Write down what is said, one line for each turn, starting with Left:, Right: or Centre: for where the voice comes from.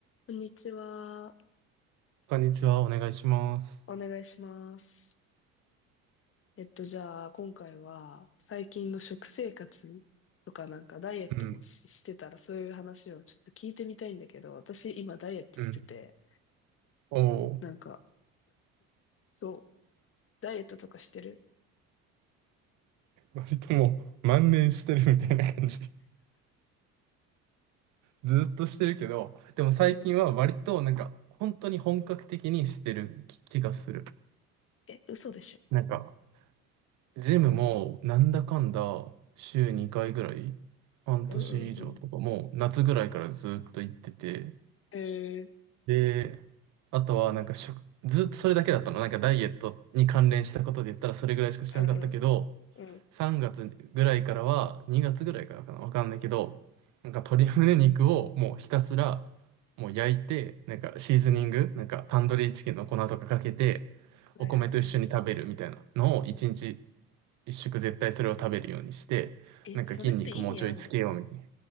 Left: こんにちは。
Right: こんにちは、お願いします。
Left: お願いします。えっと、じゃあ、今回は、最近の食生活とか、なんか、ダイエットもし、
Right: うん、
Left: してたら、そういう話をちょっと聞いてみたいんだけど、私、今、ダイエットしてて、
Right: うん。おお、
Left: なんか、そう、ダイエットとかしてる
Right: 割ともう万年してるみたいな感じ。<laughs> ずっとしてるけど、でも最近は割となんか、
Left: うん。
Right: 本当に本格的にしてる気気がする。
Left: え、嘘でしょ。
Right: なんか、ジムもなんだかんだ週2回ぐらい、半年以上とかもう夏ぐらいからずっと行ってて、
Left: うんうんうん。へえ、
Right: で、あとはなんか食ずっとそれだけだったの。なんかダイエットに関連したことで言ったらそれぐらいしかしてなかったけど、
Left: うんうんうん。
Right: 3月ぐらいからは、2月ぐらいからかな、わかんないけど、なんか鶏胸肉をもうひたすらもう焼いて、なんかシーズニング、なんかタンドリーチキンの粉とかかけて、
Left: はいはいはい。
Right: お米と一緒に食べるみたいなのを1日1食絶対それを食べるようにして、
Left: え、
Right: なんか筋肉もうちょいつけようみたいな。
Left: それって意味あんの